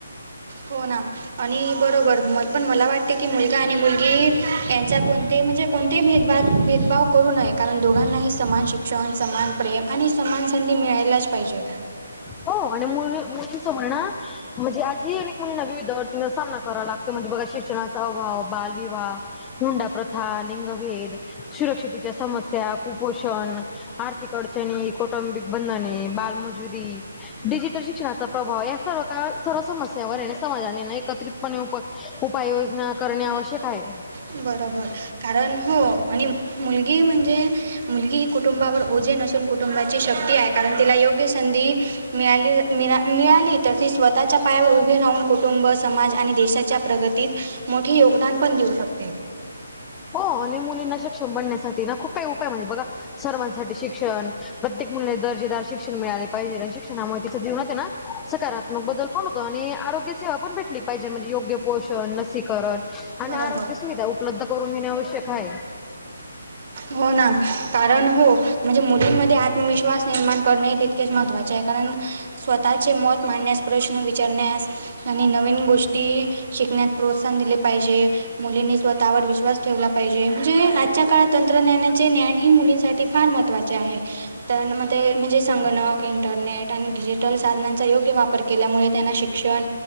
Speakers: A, on the right (about 50°); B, on the left (about 15°).
A: हो ना आणि बरोबर म पण मला वाटते की, मुलगा आणि मुलगी यांचा कोणतेही म्हणजे कोणतेही भेदभा भेदभाव करू नये. कारण दो दोघांनाही समान शिक्षण, समान प्रेम आणि समान संधी मिळायलाच पाहिजे.
B: हो आणि मुली मुलींच म्हणण म्हणजे आज ही अनेक मुलीना विविध अडचणीना सामना कराव लागतो. म्हणजे बघा शिक्षणाचा अभाव, बालविवाह, हुंडा प्रथा, लिंगभेद सुरक्षेच्या समस्या, कुपोषण आर्थिक अडचणी, कौटुंबिक बंधने, बालमज जुरी, डिजिटल शिक्षणाचा प्रभाव या सर्व का सर्व समस्यावर समाजाने न एकत्रितपणे उपाययोजना करणे आवश्यक आहे.
A: बरोबर. कारण हो आणि मुलगी म्हणजे मुलगी ही कुटुंबावर ओझे नसून कुटुंबाची शक्ती आहे. कारण तिला योग्य संधी मिळाली मिना मिळाली तर, ती स्वतःच्या पायावर उभी राहून कुटुंब समाज आणि देशाच्या प्रगतीत मोठे योगदान पण देऊ शक
B: हो आणि मुलींना सक्षम बनण्यासाठी ना खूप काही उपाय म्हणजे बघा सर्वांसाठी शिक्षण प्रत्येक मुलीला दर्जेदार शिक्षण मिळाले पाहिजे. आणि शिक्षणामुळे तिच्या जीवनात ये ना, सकारात्मक बदल पण होतो. आणि आरोग्य सेवा पण भेटली पाहिजे. म्हणजे योग्य पोषण, लसीकरण आणि
A: बरोबर
B: आरोग्य सुविधा उपलब्ध करून देणे. आवश्यक हाये.
A: हो ना, कारण हो. म्हणजे मुलींमध्ये आत्मविश्वास निर्माण करणें तितकेच महत्त्वाचे आहे. कारण स्वतः चे मत मांडण्यास, प्रश्न विचारण्यास आणि नवीन गोष्टी शिकण्यात प्रोत्साहन दिले जे. मुलींनी स्वतःवर विश्वास ठेवला पाहिजे. म्हणजे ते आजच्या काळात तंत्रज्ञानचे ज्ञान ही मुलींसाठी फार महत्त्वाचे आहे. तनं म ते म्हणजे संगणक, इंटरनेट आणि डिजिटल साधनांचा योग्य वापर केल्यामुळे त्यांना शिक शिक्षण